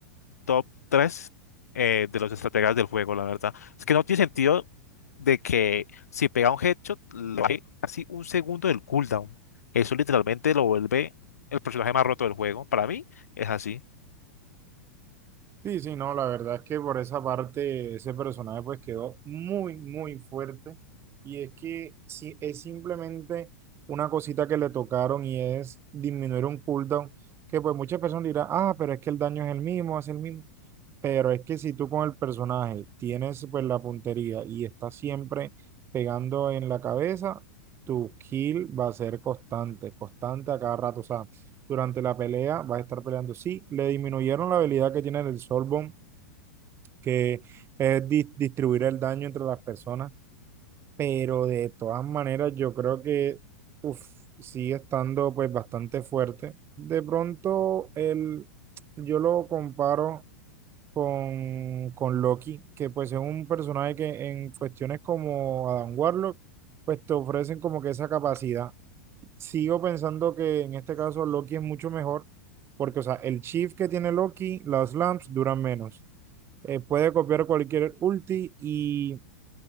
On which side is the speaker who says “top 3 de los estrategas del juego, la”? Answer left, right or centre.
Left